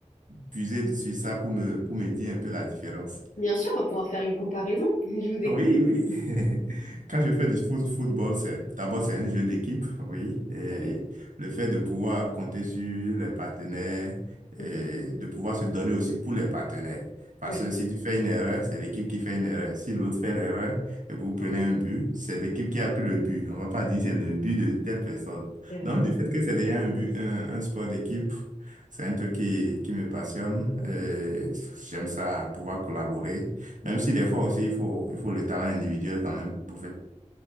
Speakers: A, on the right; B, on the left.
A: puiser sur ça pour me, pour me dire un peu la différence.
B: bien sûr, on va pouvoir faire une comparaison. <laughs> Je vous écoute.
A: Oui, oui. <laughs> Quand je fais du foot- football, c'est d'abord c'est un jeu d'équipe, oui. Et
B: Oui.
A: le fait de pouvoir compter sur les partenaires
B: Mhm.
A: et de pouvoir se donner aussi pour les partenaires. Parce
B: Oui,
A: que si tu fais une erreur, c'est l'équipe qui fait une erreur. Si l'autre fait l'erreur et vous prenez un but, c'est l'équipe qui a pris le but. On va pas dire c'est le but de telle personne.
B: c'est vrai.
A: Donc, du fait que c'est déjà un but, un, un sport d'équipe, c'est un truc qui, qui me passionne.
B: Mhm.
A: Et J'aime ça, pouvoir collaborer.
B: Mhm.
A: Même si des fois aussi, il faut, il faut le talent individuel quand même pour faire